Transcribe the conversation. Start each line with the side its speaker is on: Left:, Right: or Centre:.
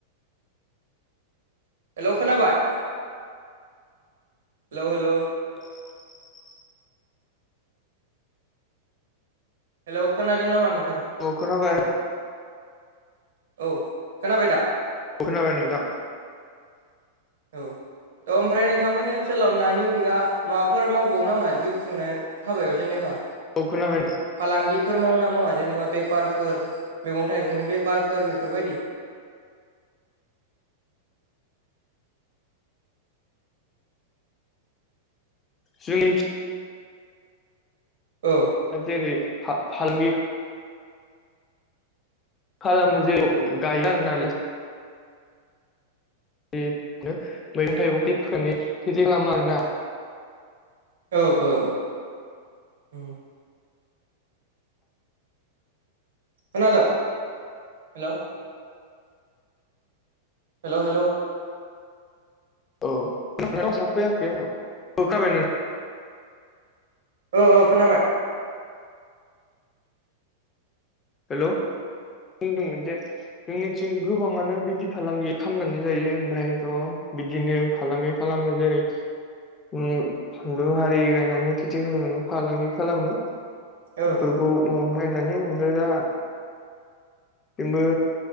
Right: हेलौ खोनाबाय। हेलौ हेलौ
Left: <inaudible>
Right: हेलौ‌ खोनादों नामा नों?
Left: औ खोनाबाय
Right: औ खोनाबाय दा?
Left: औ खोनाबाय नोंथां।
Right: <inaudible> ओ ओमफ्राय नोंथांमोननि ओनसोलाव नानि अनगा माबाफोर मावबावो नामा जिउ खुंनाय हाबायाव जेनेबा?
Left: औ खोनाबाय
Right: फालांगिफोर मावोना मावा? जेनेबा बेफारफोर मैगं थाइगंनि बेफारफोर बेफोरबायदि। <inaudible>
Left: जोंनिथि।
Right: औ
Left: जेरै मा भालमिक। खालामो जे गायो आरोना। बेदिनो मैगं थाइगं खेथि खालामो आरोना।
Right: ओ ओ ओ खोनादों हेलौ हेलौ हेलौ।
Left: औ नोंनाव सा फैयाखै आंनाव औ खाबाय नों।
Right: औ औ खोनाबाय।
Left: हेलौ। बुंदोंमोन जे जोंनिथिं गोबाङानो बिदि फालांगि खालामनानै जायो ओमफ्रायथ'। बिदिनो फालांगि खालामो जेरै। उम फानलु हारि गायनानै खेथि खालामो फालांगि खालामो।
Right: ओ
Left: बेफोरखौ न'आवनो गायनानै ओमफ्राय दा थिंबो।